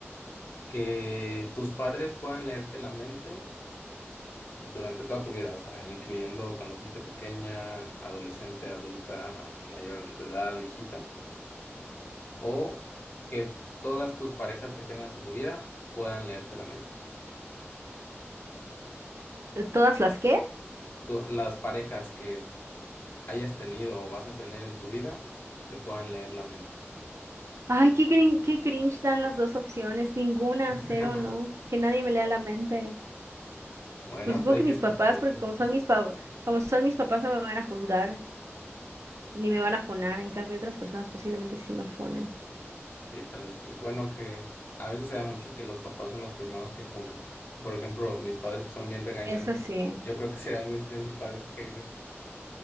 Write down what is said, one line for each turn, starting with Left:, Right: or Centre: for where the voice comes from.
Left: Que tus padres puedan leerte la mente durante toda tu vida, o sea, incluyendo cuando fuiste pequeña, adolescente, adulta, mayor de edad, viejita, o que todas tus parejas que tengas en tu vida puedan leerte la mente.
Right: ¿Todas las qué?
Left: Tú- las parejas que hayas tenido o vas a tener en tu vida te puedan leer la mente.
Right: Ay, qué crin- qué cringe dan las dos opciones. Ninguna,
Left: <laughs>
Right: cero, no. Que nadie me lea la mente.
Left: Bueno,
Right: Pues supongo
Left: pues hay
Right: que
Left: que
Right: mis
Left: escoger
Right: papás,
Left: uno.
Right: porque como son mis pa- como son mis papás, no me van a juzgar ni me van a fonar. En cambio, otras personas posiblemente sí me fonen.
Left: Sí, tal vez sí. Bueno, que a veces se da mucho que los papás son los primeros que funan. Por ejemplo, mis padres que son bien regañones,
Right: Eso sí.
Left: yo creo que serán mis principales haters.